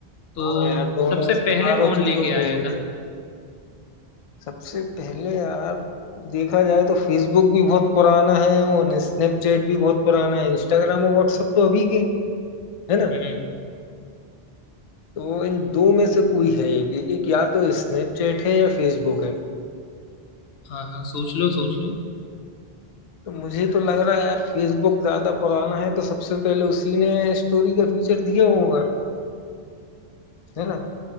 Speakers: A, on the left; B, on the left.
A: तो
B: हाँ यार दोनों
A: सबसे
B: चारों
A: पहले कौन
B: चीजों
A: लेके आया
B: में ही
A: था
B: है सबसे पहले यार देखा जाए तो फेसबुक भी बहुत पुराना है और स्नैपचैट भी बहुत पुराना है इंस्टाग्राम और व्हाट्सएप तो अभी के है ना
A: हम्म
B: तो इन दो में से कोई है एक एक- एक या तो स्नैपचैट है या फेसबुक है
A: हाँ हाँ सोच लो सोच लो
B: तो मुझे तो लग रहा है यार फेसबुक ज्यादा पुराना है तो सबसे पहले उसी ने स्टोरी का फीचर दिया होगा है ना